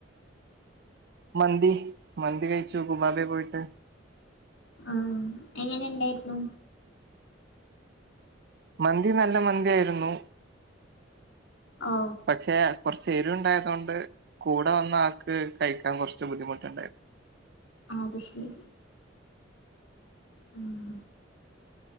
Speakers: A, on the right; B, on the left.
A: മന്തി മന്തി കഴിച്ചു കുബാബെ പോയിട്ട്
B: ആഹ് എങ്ങനെ ഉണ്ടായിരുന്നു
A: മന്തി നല്ല മന്തിയായിരുന്നു
B: ഓ
A: പക്ഷെ കൊറച്ച് എരുവിണ്ടായത്തോണ്ട് കൂടെ വന്ന ആക്ക് കഴിക്കാൻ കൊറച്ച് ബുദ്ധിമുട്ടുണ്ടായിര്ന്ന്
B: ആത് ശരി ഉം